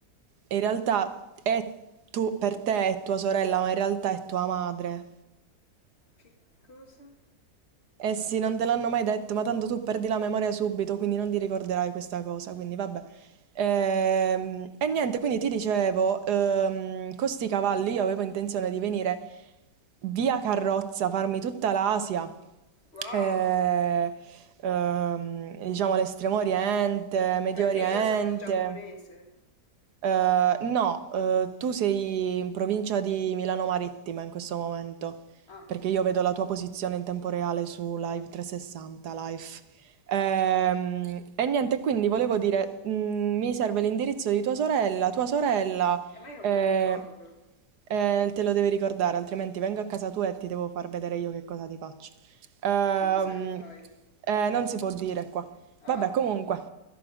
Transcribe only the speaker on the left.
Che cosa?
Wow!
Perché
io sono giapponese.
Ah,
e mai non
me lo ricordo.
Che cosa mi fai?
Oh,